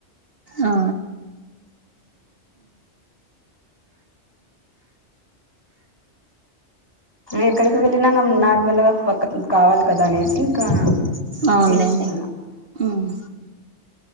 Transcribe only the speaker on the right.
ఆ
అవునులేండి
ఉమ్.